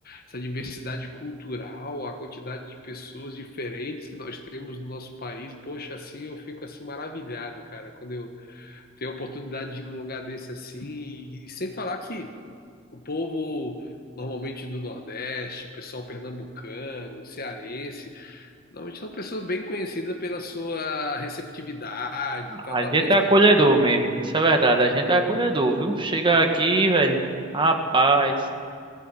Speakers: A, on the left; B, on the right.
A: essa diversidade cultural, a quantidade de pessoas diferentes que nós temos no nosso país. Poxa, assim eu fico assim maravilhado, cara, quando eu ter a oportunidade de ir num lugar desse assim, e, e sem falar que o povo normalmente do Nordeste, pessoal pernambucano, cearense, normalmente são pessoas bem conhecidas pela sua receptividade, tratar
B: A gente
A: bem as
B: é acolhedor
A: pessoas.
B: mesmo, isso é verdade, a gente é acolhedor, viu? Chega aqui, velho, rapaz,